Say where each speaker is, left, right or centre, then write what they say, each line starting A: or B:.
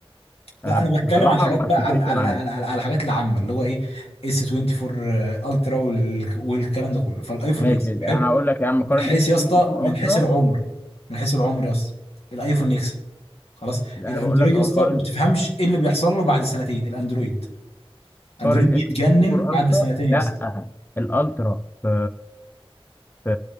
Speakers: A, on the left (about 20°); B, on the left (about 85°).
A: انا
B: لا انا بتكلم
A: بصراحة
B: على الحاجات
A: ما
B: بقى
A: اتفقش
B: على على
A: معاه
B: على, على, على الحاجات العامه اللي هو ايه اس 24 الترا وال- والكلام ده كله فالايفون
A: ماشي
B: اكس
A: انا
B: حلو
A: هقول لك يا عم
B: من
A: قارن
B: حيث
A: اس
B: يا
A: 24
B: اسطى من
A: الترا
B: حيث العمر من حيث العمر يا اسطى الايفون اكس خلاص
A: لا
B: الاندرويد
A: انا بقول لك اهو
B: يا اسطى
A: قارن
B: ما بتفهمش ايه اللي بيحصل له بعد سنتين الاندرويد اندرويد
A: قارن
B: بيتجنن
A: اس 24
B: بعد
A: الترا
B: سنتين يا
A: لا
B: اسطى
A: الالترا في في